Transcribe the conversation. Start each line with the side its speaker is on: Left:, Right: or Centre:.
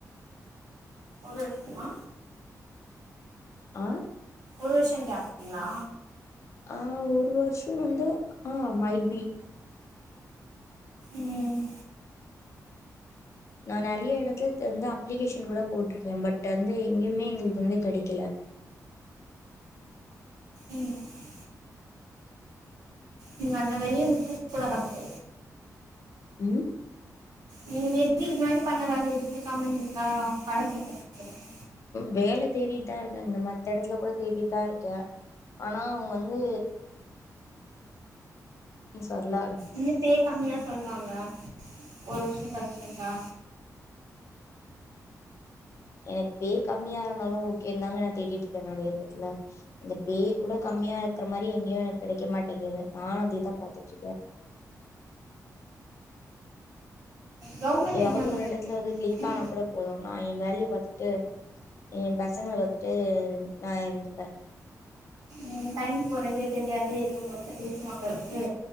Right: ஒரு வர்ஷோமா
Left: ஆ
Right: ஒரு வருஷோ கேப்புங்ளா
Left: ஆ ஒரு வர்ஷோ வந்து ஆ மைட் பி
Right: ம்
Left: நா நெறைய எடத்துல தந்து அப்ளிகேஷன் கூட போட்ருக்கே பட் வந்து எங்கயுமே எங்களுக்கு வந்து கெடைக்கல
Right: ம் நீங்க அந்த வேலைய விட்ருக் கூடாது அப்போ
Left: ம்
Right: நீங்க இப்டி இதுக்கு முன்னாடி பண்ண வேல விட்ருக்காம இருந்திருந்தா கெடச்சிருக்கு <inaudible>
Left: வேல தேடிட்டு தா இருக்கேங்க மத்த எடத்துல கூட தேடிட்டு தா இருக்கே ஆனா அவுங்க வந்து நியூஸ் வர்ல
Right: இன்னு பே கம்மியா சொல்வாங்க ஒரு வர்ஷோ கழிச்சு வந்தா
Left: எனக்கு பே கம்மியா இருந்தாலு ஓகேன்தாங்க நா தேடிட்ருக்கே நெறைய எடத்துல அந்த பே கூட கம்மியா இருக்குற மாரி எங்கேயு எனக்கு கெடைக்க மாட்டேங்கிது நானு அதுக்தா பாத்துட்ருக்கே
Right: கவர்மெண்ட்
Left: ஏதாவது
Right: எக்ஸாம் ப்ரிப்பேர்
Left: ஒரு எடத்துல வந்து க்ளிக்
Right: பண்ணுறாங்கன்னா
Left: ஆனா கூட போது நா எ வேலைய பாத்துட்டு எ பசங்கள பாத்துட்டு நா இருந்துப்பே
Right: ம் டைம் போறதே தெரியாது நீங்க ஒங்கள்ட்ட பேசுவங்களுக்கு